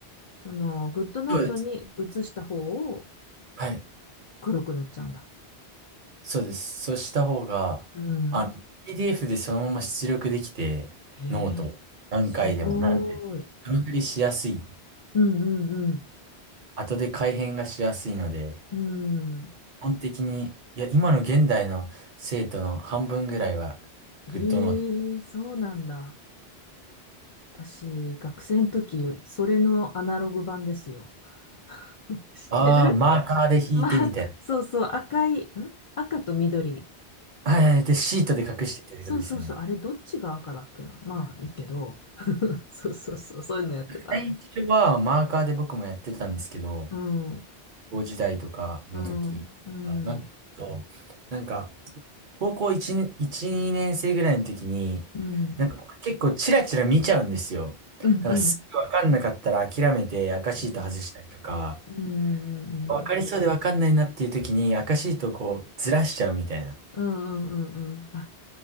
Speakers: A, on the left; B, on the right.
A: そのグッドノートに写した方を
B: そうです。はい。
A: 黒く塗っちゃうんだ。
B: そうです。そうした方が、
A: うん。
B: あの、PDF でそのまま出力できて、
A: へえ、
B: ノート、何回でも、
A: すごーい。
B: なんて、段取りしやすい。
A: うんうん
B: 後で改変がしやすいので、
A: うん。うん。
B: 基本的に、いや、今の現代の生徒の半分ぐらいは、
A: へえ、
B: グッドノート。
A: そうなんだ。私、学生の時、それのアナログ版ですよ。<laughs> 知ってる
B: ああー、マーカーで引いてみたいな。
A: まあ、赤そうそう、赤い、ん赤と緑。
B: はい。で、シートで隠してるってことですよね。
A: あれそうそうそう、あれどっちが赤だっけな。まあいいけど。<laughs> そうそうそう、そういうのやってた。
B: 最初はマーカーで僕もやってたんですけど、
A: うん、うん、
B: 高校時代とかの時、
A: うん、うん、
B: あなんと、なんか、高校1年、1、2年生ぐらいの時に、
A: うん、
B: なんか僕結構チラチラ見ちゃうんですよ。
A: うん、
B: なんかすぐわかんなかったら諦めて赤シート外したりとか、
A: うん、うん、うん、うん、
B: わかりそうでわかんないなっていう時に赤シートをこうずらしちゃうみたいな。
A: うん、うん、あ、